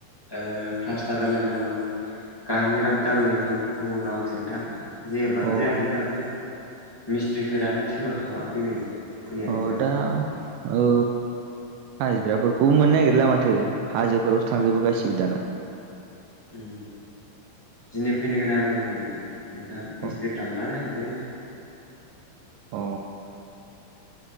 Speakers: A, on the left; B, on the right.
A: ओ प्लासटार दालायनांगौ गाहायनि राब दालाय होबावनांगौसो नोंथां जेबोआनो
B: अ
A: जायाखैलै दाबो मिस्थ्रिफोरानो सोलाबथ'वाखैनो फैयाखैनो
B: अ
A: दाबो
B: दा औ हाजिराफोरखौबो मोननो नागिरला माथो हाजोफोरावसो थांजोबो
A: उम
B: गासिबो दाना
A: उम दिनै फैनो गोनां आंमोन नोंथां मिस्ट्रिफ्रा
B: अ
A: मा जाखो गोदै
B: अ